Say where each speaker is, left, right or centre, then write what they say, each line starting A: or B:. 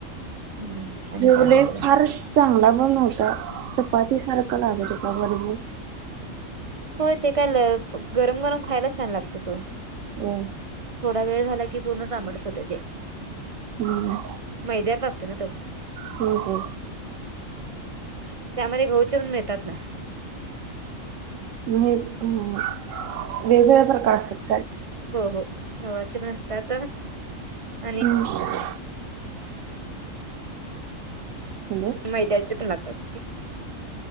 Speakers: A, on the right (about 35°); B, on the right (about 75°).
A: हम्म आणि
B: जेवले
A: काय नाही बा
B: फार चांगला पण नव्हता चपाती सारखं लागत होता बरबन
A: होय ते काय गरम गरम खायला छान लागत तो
B: हम
A: थोडा वेळ झाला की पूर्ण चाबट होत ते
B: हम्
A: मैद्याचा चा असतो ना तो
B: हो हो
A: त्यामध्ये घवचे पण मिळतात ना.
B: म्ह हम वेगवेगळ्या प्रकार असत्यात
A: हो हो गव्हाचे पण असतात. आणि
B: हम् हॅलो
A: मैद्याचे पण लागतात.